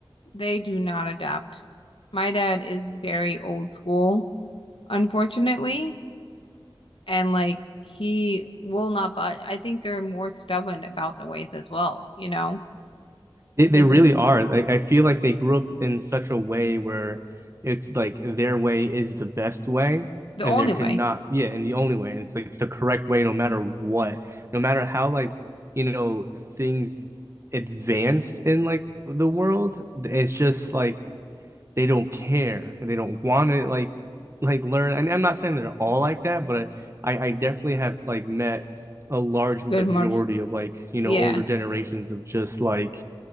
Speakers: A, on the left (about 75°); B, on the right (about 30°).
A: they do not adapt. My dad is very old school, unfortunately. and like he will not budge. I think they're more stubborn about the ways as well, you know,
B: They they
A: because
B: really
A: like
B: are. Like I feel like they grew up in such a way where it's like their way is the best way,
A: the
B: and
A: only
B: there could
A: way,
B: not, yeah, and the only way. And it's like the correct way, no matter what, no matter how like you know things advanced in like the world. It's just like they don't care and they don't want to like like learn. And I'm not saying they're all like that, but I I definitely have like met a large majority
A: good margin,
B: of like you
A: yeah,
B: know older generations of just like